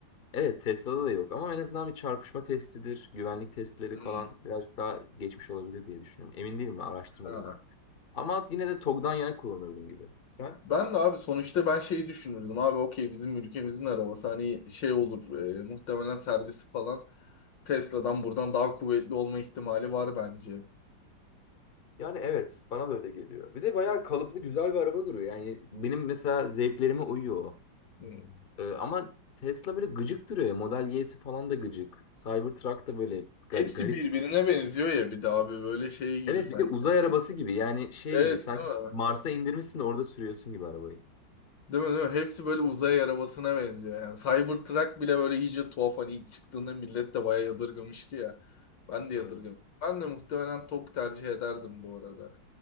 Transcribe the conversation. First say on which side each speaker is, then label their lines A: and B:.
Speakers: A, on the left (about 35°); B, on the left (about 70°).
A: Evet Tesla'da da yok ama en azından bir çarpışma testidir. Güvenlik testleri
B: Hmm,
A: falan birazcık daha geçmiş olabilir diye düşünüyorum. Emin değilim ben araştırmadım
B: ha.
A: onu. Ama yine de TOGG'dan yana kullanırdım gibi. Sen?
B: Ben de abi sonuçta ben şeyi düşünürdüm abi okey bizim ülkemizin arabası hani şey olur e, muhtemelen servisi falan Tesla'dan buradan daha kuvvetli olma ihtimali var bence.
A: Yani evet bana da öyle geliyor. Bir de bayağı kalıplı güzel bir araba duruyor. Yani benim mesela zevklerime uyuyor o.
B: Hmm.
A: Ee, ama Tesla böyle gıcık duruyor ya. Model Y'si falan da gıcık. Cybertruck da böyle gar-
B: Hepsi
A: garip.
B: birbirine benziyor ya bir de abi böyle şey gibi
A: Evet
B: sanki.
A: bir de uzay arabası
B: Yani.
A: gibi. Yani şey
B: Evet
A: gibi sanki
B: değil mi?
A: Mars'a indirmişsin de orada sürüyorsun gibi arabayı.
B: Değil mi değil mi? Hepsi böyle uzay arabasına benziyor yani. Cybertruck bile böyle iyice tuhaf hani ilk çıktığında millet de bayağı yadırgamıştı ya.
A: <laughs>
B: Ben de yadırgamıştım.
A: Hmm.
B: Ben de muhtemelen TOK tercih ederdim bu arada.